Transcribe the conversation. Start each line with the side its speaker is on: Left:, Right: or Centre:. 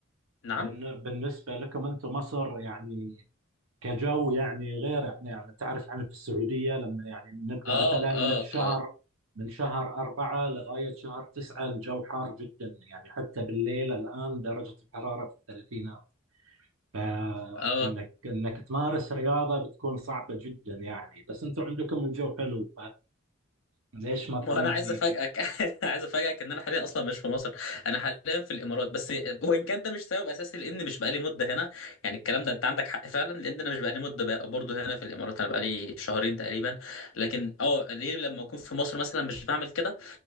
Left: نعم
Right: بالن- بالنسبة لكم انتم مصر يعني كجو يعني غير احنا يعني تعرف احنا في السعودية لما يعني نبدأ مثلا
Left: اه
Right: من
Left: اه
Right: شهر
Left: اه
Right: من شهر أربعة لغاية شهر تسعة الجو حار جدا يعني حتى بالليل الآن درجة الحرارة في الثلاثينات فانك
Left: اه
Right: انك تمارس رياضه بتكون صعبه جدا يعني بس انتم عندكم الجو حلو فليش ما
Left: ما
Right: تنمي
Left: انا عايز افاجئك <laughs> عايز افاجئك ان انا حاليا اصلا مش في مصر انا حاليا في الامارات بس آه، وان كان ده مش سبب اساسي لان مش بقالي مده هنا يعني الكلام ده انت عندك حق فعلا لان انا مش بقالي مده بقى برضه هنا في الامارات انا بقالي شهرين تقريبا لكن اه ليه لما اكون في مصر مثلا مش بعمل كده